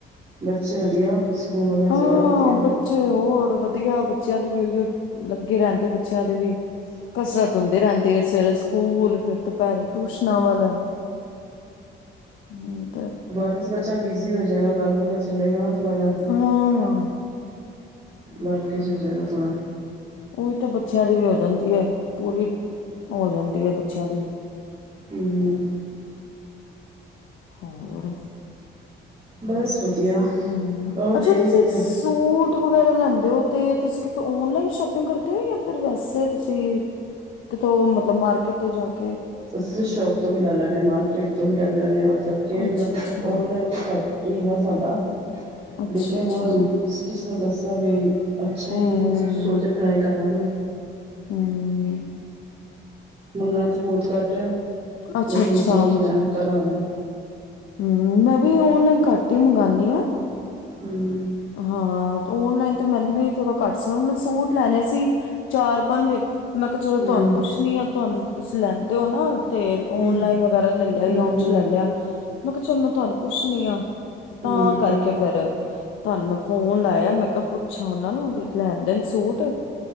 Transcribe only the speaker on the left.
ਹਾਂ
ਬੱਚੇ ਹੋਰ ਵਧੀਆ ਬੱਚਿਆਂ ਦੇ ਵੀ ਉਹੀਓ ਲੱਗੇ ਰਹਿੰਦੇ ਬੱਚਿਆਂ ਦੇ ਵੀ। ਕਸਰਤ ਹੁੰਦੀ ਰਹਿੰਦੀ ਸਵੇਰੇ ਸਕੂਲ ਫਿਰ ਟਿਊਸ਼ਨਾਂ ਵੱਲ ਹਮ ਤੇ।
ਹਾਂ
ਉਹ ਤਾਂ ਬੱਚਿਆਂ ਦੀ ਵੀ ਹੋ ਜਾਂਦੀ ਐ। ਪੂਰੀ ਹੋ ਜਾਂਦੀ ਐ ਬੱਚਿਆਂ ਦੀ।
ਹੋਰ
ਹਮ,
ਅੱਛਾ
ਤੁਸੀਂ
ਸੂਟ ਵਗੈਰਾ ਲੈਦੇ ਹੋ ਤੇ ਤੁਸੀ ਕਿਤੇ ਔਨਲਾਈਨ ਸ਼ੋਪਿੰਗ ਕਰਦੇ ਹੋ। ਜਾਂ ਫਿਰ ਵੈਸੇ ਤੁਸੀ ਕਿਤੋਂ ਮਤਲਬ ਮਾਰਕੀਟ ਤੋਂ ਜਾ ਕੇ
ਅੱਛਾ-ਅੱਛਾ,
ਅੱਛਾ-ਅੱਛਾ,
ਹੂੰ।
ਹਮ। ਹਮ।
ਅੱਛਾ-ਅੱਛਾ,
ਹਮ ਮੈਂ ਵੀ ਓਨਲਾਈਨ ਘੱਟ ਹੀ ਮੰਗਾਣੀ ਆਂ।
ਹਾਂ, ਓਨਲਾਈਨ ਤੇ ਮੈਨੂੰ ਵੀ ਥੋੜਾ ਘੱਟ ਸਮਾਂ ਮੈਂ ਸੂਟ ਲੈਣੇ ਸੀ। ਚਾਰ-ਪੰਜ। ਮੈ ਕਿਹਾ ਚਲੋ
ਤੁਹਾਨੂੰ ਪੁੱਛਣੀ ਆ। ਤੁਹਾਨੂੰ ਤੁਸੀਂ ਲੈਂਦੇ ਹੋ ਨਾ ਤੇ
ਔਨਲਾਈਨ
ਵਗੈਰਾ ਲੈ ਲਿਆ ਹੀ
ਜੇ ਲੈ ਲਿਆ ਮੈਂ ਕਿਹਾ ਚਲੋ ਮੈਂ ਤੁਹਾਨੂੰ ਪੁੱਛਣੀ ਆ। ਕਿ
ਤਾਂ ਕਰਕੇ
ਫਿਰ। ਤੁਹਾਨੂੰ ਮੈਂ ਫੋਨ ਲਾਇਆ ਮੈਂ ਕਿਹਾ ਪੁੱਛਾਂ ਉਹਨਾਂ ਨੂੰ ਵੀ ਲੈਣ-ਦੇਣ ਸੂਟ।